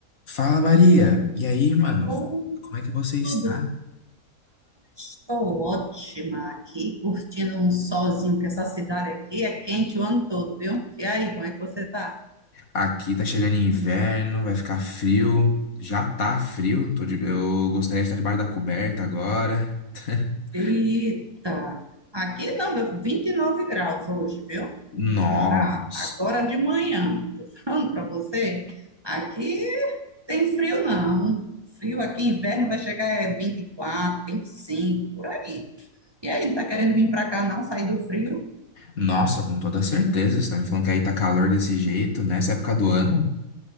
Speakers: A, on the left; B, on the right.
A: Fala, Maria. E aí, mano?
B: Ou
A: Como é que você está?
B: tudo. Estou ótima aqui, curtindo um solzinho, que essa cidade aqui é quente o ano todo, viu? E aí, como é que você tá?
A: Aqui tá chegando inverno, vai ficar frio. Já tá frio. Tô de- Eu gostaria de estar debaixo da coberta agora. <laughs>
B: Eita! Aqui não, 29 graus hoje, viu?
A: Nossa.
B: Já, agora de manhã, tô <laughs> falando pra você, aqui tem frio não. Frio aqui, inverno vai chegar é 24, 25, por aí. E aí, não tá querendo vir pra cá não, sair do frio?
A: Nossa, com toda certeza. Você tá me falando que aí tá calor desse jeito nessa época do ano?